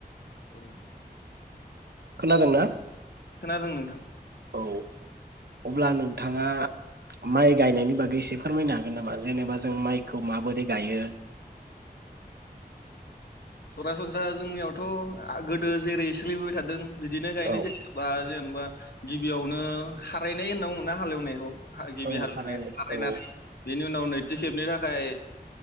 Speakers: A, on the left (about 75°); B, on the right (about 80°).
A: औ।
B: खोनादोंना?
A: खोनादों नोंथां।
B: औ अब्ला नोंथाङा माइ गायनायनि बागै एसे फोरमायनो हागोन नामा जेनेबा जों माइखौ माबोरै गायो?
A: सरासनस्रा जोंनियावथ' गोदो जेरै सोलिबोबाय थादों बिदिनो गायनाय
B: औ
A: जायोबा जेनेबा जेनबा गिबियावनो खारायनाय होनना बुङा हालेवनायखौ। हा गिबि
B: औ
A: हालौनाय
B: फाननानै
A: खारायनानै
B: औ
A: बे बेनि उनाव नैथि खेबनि थाखाय